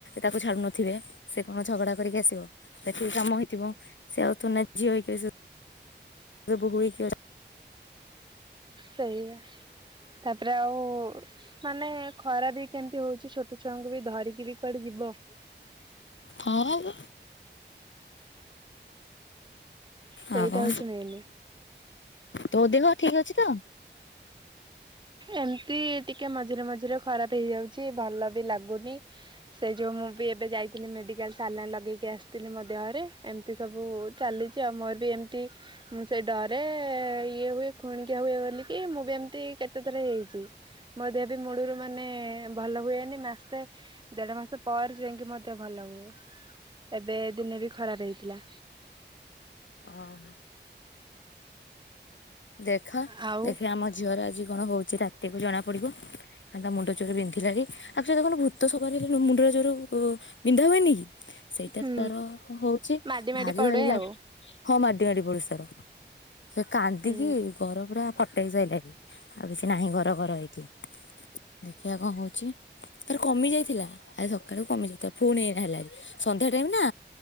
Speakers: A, on the left; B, on the right.
A: ତାକୁ ଛାଡ଼ୁନଥିବେ ସେ କଣ ଝଗଡ଼ା କରିକି ଆସିବ। ସେଠି କି କାମ ହେଇଥିବ ସେ ଆଉ ଥୋଡିନା ଝିଅ ହେଇକି ଆସିବ। ସେ ବୋହୁ ହେଇକି ଆ
B: ସେଇବା। ତାପରେ ଆଉ ମାନେ ଖରା ବି କେମିତି ହଉଛି ଛୋଟ ଛୁଆଙ୍କୁ ବି ଧରିକି ବି କୁଆଡେ ଯିବ।
A: ଖରା ଜୋ
B: ସେଇଟା
A: ଆଉ
B: ହଉଛି ମେନ୍
A: ତୋ ଦେହ ଠିକ ଅଛି ତ।
B: ଏମିତି ଟିକେ ମଝିରେ ମଝିରେ ଖରାପ ହେଇଯାଉଛି ଭଲ ବି ଲାଗୁନି। ସେ ଯୋଉ ମୁଁ ବି ଏବେ ଯାଇଥିଲି ମେଡ଼ିକାଲ ସାଲାଇନ ଲଗେଇକି ଆସିଥିଲି ମୋ ଦେହରେ ଏମ ମିତି ସବୁ ଚାଲିଛି ଆଉ ମୋର ବି ଏମିତି ମୁଁ ସେଇ ଡରେ ଇଏ ହୁଏ ଖୁଣିକିଆ ହୁଏ ବୋଲିକି ମୁଁ ବି ଏମିତି କେତେଥର ହେଇଛି ମୋ ଦେହ ବି ମୁଳରୁ ମାନେ ଭଲ ହୁଏନି ମାସେ ଦେଢ ମାସ ପରେ ଯାଇକି ମୋ ଦେହ ଭଲ ହୁଏ ଏବେ ଦିନେ ବି ଖରାପ ହେଇଥିଲା।
A: ଅ ହଁ। ଦେଖା
B: ଆଉ
A: ଦେଖିବା ଆମ ଝିଅର ଆଜି କଣ ହଉଛି ରାତିକୁ ଜଣା ପଡ଼ିବ। କାହିଁକି ନା ମୁଣ୍ଡ ଜୋରେ ବିନ୍ଧିଲାଣି। <unintelligible> ଦେଖୁନୁ ଭୂତ ସବାର ହେଲେନୁ ମୁଣ୍ଡଟା ଜୋରେ ଉଁ ବିନ୍ଧା ହୁଏ ନି କି? ସେଇଟା
B: ହୁଁ
A: ତାର ହୋଉଛି
B: ମାଡି ମାଡି
A: ଭାରି
B: ପଡେ
A: ଭାରି ଲାଗୁ
B: ଆଉ
A: କ ମାଡି ମାଡି ପଡୁଛି ତାର ସେ କାନ୍ଦିକି
B: ହୁଁ
A: ଘର ପୁରା ଫଟେଇ ସାଇଲାଣି ଆଉ କିଛି ନାହିଁ ଘର ଘର ହେଇକି ଦେଖିଆ କଁ ହୋଉଛି। ତାର କମି ଯାଇଥିଲା ଆଜି ସକାଳୁ କମି ଯାଇଥିଲା ଫୁଣି ଏଇନା ହେଲାଣି ସନ୍ଧ୍ୟା ଟାଇମ ନା